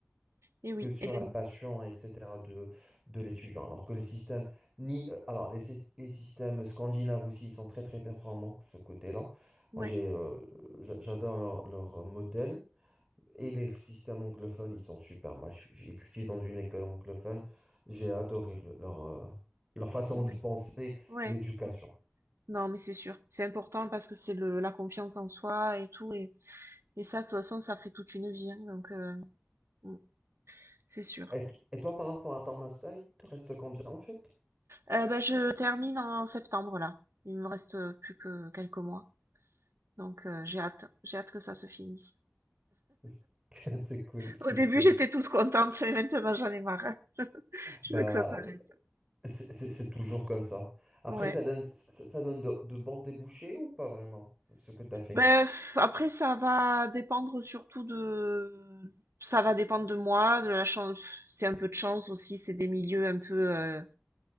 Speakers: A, on the right; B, on the right.
A: Et oui,
B: que sur
A: Hélène.
B: la passion, etc. de, de l'étudiant. Alors que les systèmes, ni, euh, alors les, syst- les systèmes scandinaves aussi, ils sont très très performants de ce côté-là.
A: Ouais,
B: Moi, j'ai, euh, j'a- j'adore leur, leur modèle. Et les systèmes anglophones, ils sont super. Moi, je- j'ai étudié dans une école anglophone. J'ai adoré le- leur, euh, leur façon
A: ouais,
B: de penser,
A: ouais.
B: l'éducation.
A: Non, mais c'est sûr. C'est important parce que c'est le la confiance en soi et tout. Et, et ça, de toute façon, ça fait toute une vie. hein, donc, euh, mm, c'est sûr.
B: Et, t- et toi, par rapport à ton master, il te reste combien en fait?
A: Euh, ben, je termine en septembre, là. Il me reste euh, plus que quelques mois. Donc, euh, j'ai hâte. J'ai hâte que ça se finisse.
B: <laughs> C'est cool, c'est
A: Au début,
B: cool.
A: j'étais toute contente, mais maintenant, j'en ai marre. <laughs>
B: Bah,
A: Je veux que ça s'arrête.
B: c'est c'est- c'est toujours comme ça. Après,
A: Ouais.
B: ça donne, ça, ça donne de, de bons débouchés ou pas vraiment, ce que tu as fait?
A: Ben, pff, après, ça va dépendre surtout de... Ça va dépendre de moi, de la chance. C'est un peu de chance aussi. C'est des milieux un peu... euh,